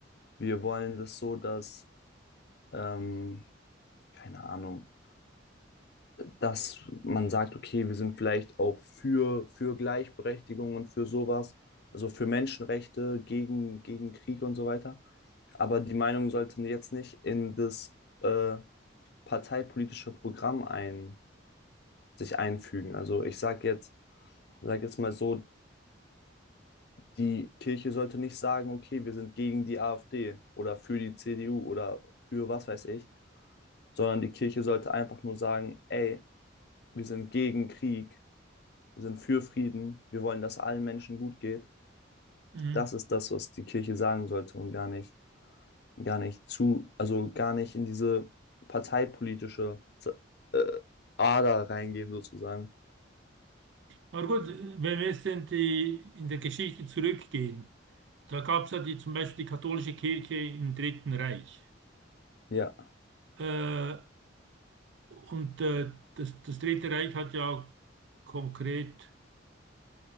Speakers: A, on the left; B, on the right.
A: wir wollen das so, dass ähm, keine Ahnung, dass man sagt, okay, wir sind vielleicht auch für, für Gleichberechtigung und für sowas, also für Menschenrechte, gegen, gegen Krieg und so weiter. Aber die Meinung sollte jetzt nicht in das äh, parteipolitische Programm ein, sich einfügen. Also ich sage jetzt, sag jetzt mal so, die Kirche sollte nicht sagen, okay, wir sind gegen die AfD oder für die CDU oder für was weiß ich, sondern die Kirche sollte einfach nur sagen, ey, wir sind gegen Krieg wir sind für Frieden, wir wollen, dass allen Menschen gut geht.
B: Mhm.
A: Das ist das, was die Kirche sagen sollte und gar nicht, gar nicht zu, also gar nicht in diese parteipolitische äh, Ader reingehen sozusagen.
B: Aber gut, wenn wir jetzt in die, in der Geschichte zurückgehen, da gab es ja die, zum Beispiel die katholische Kirche im Dritten Reich.
A: Ja,
B: Äh, und äh, das, das Dritte Reich hat ja konkret